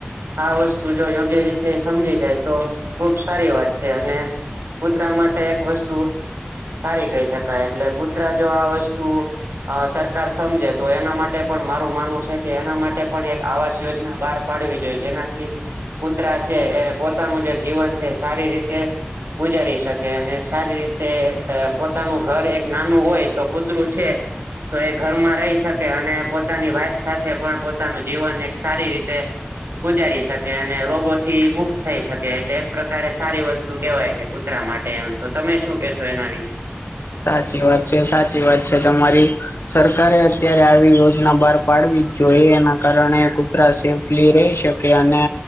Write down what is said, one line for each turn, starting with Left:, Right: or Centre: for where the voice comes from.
Right: આ વસ્તુ જો યોગ્ય રીત સમજી જાય તો ખુબ સારી વાત છે અને કૂતરા માટે એક વસ્તુ સારી કહી શકાય એટલે કૂતરા જો આ વસ્તુ અ સરકાર સમજે તો એના માટે પણ મારું માનવું છે કે એના માટે પણ એક આવાસ યોજના બહાર પાડવી જોઈએ જેનાથી કુતરા છે એ પોતાનું જે જીવન છે સારી રીતે ગુજારી શકે અને સારી રીતે પોતાનું ઘર એક નાનું હોય તો કૂતરું છે. તો એ ઘરમાં રહી શકે અને પોતાની વાઈફ સાથે પણ પોતાનું જીવન એક સારી રીતે ગુજારી શકે અને રોગો થી મુક્ત થઈ શકે એટલે એક પ્રકારે સારી વસ્તુ કેવાય કે કૂતરા માટે એમ તો તમે શું કેહેશો એના વિશે
Left: સાચી વાત છે સાચી વાત છે તમારી સરકારે અત્યારે આવી યોજના બહાર પાડવી જ જોઈએ એના કારણે કુતરા સેફલી રહી શકે અને